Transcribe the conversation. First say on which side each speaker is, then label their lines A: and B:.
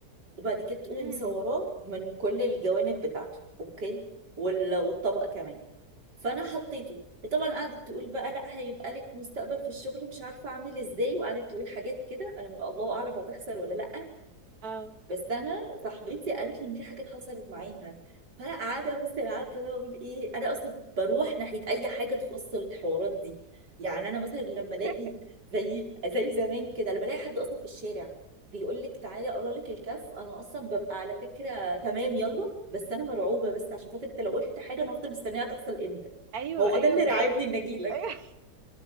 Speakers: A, on the right; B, on the right.
A: وبعد كده تقومي
B: امم
A: مصوراه من كل الجوانب بتاعته اوكي وال- والطبق كمان فانا حطيته طبعا قعدت تقول بقى لا هيبقى لك مستقبل في الشغل مش عارفه اعمل ازاي وقعدت تقول حاجات كده انا الله اعلم هتحصل ولا لا
B: اه
A: بس انا صاحبتي قالت لي ان في حاجات حصلت معاها فانا قاعده بص انا قعدت بقى اقول ايه انا اصلا بروح ناحيه اي حاجه تخص الحوارات دي يعني انا مثلا لما الاقي
B: <laughs>
A: زي زي زمان كده لما الاقي حد اصلا في الشارع بيقول لك تعالي اقرا لك الكف انا اصلا ببقى على فكره تمام يلا بس انا مرعوبه بس عشان خاطر انت لو قلت حاجه انا هفضل مستنيها تحصل امتى
B: ايوه
A: هو
B: ايوه
A: ده اللي
B: بالظبط
A: راعبني ان اجي لك
B: ايوه